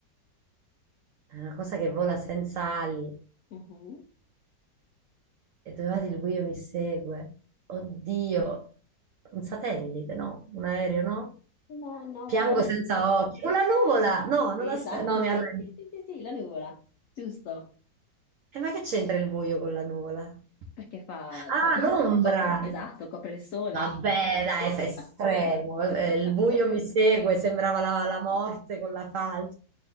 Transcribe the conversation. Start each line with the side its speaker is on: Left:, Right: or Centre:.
Right: è una cosa che vola senza ali
Left: Mhm.
Right: e dove vado il buio mi segue. Oddio, un satellite, no? Un aereo, no?
Left: No, no,
Right: Piango
Left: però... s-
Right: senza occhi. Con la nuvola! No,
Left: Esatto,
Right: non ha sen- No, mi
Left: sì,
Right: arrendo.
Left: sì, sì, sì, sì, la nuvola, giusto.
Right: E ma che c'entra il buio con la nuvola?
Left: Perché fa...
Right: Ah,
Left: co- <laughs>
Right: l'ombra!
Left: copre, esatto, copre il sole.
Right: Vabbè, dai,
Left: <laughs>
Right: sei estremo. eh, Il buio mi segue, sembrava la, la morte con la falce.